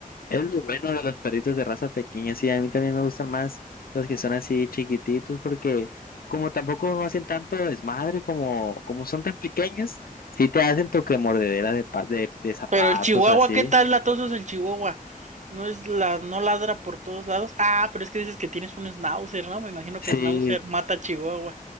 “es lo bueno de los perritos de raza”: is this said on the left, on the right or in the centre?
Left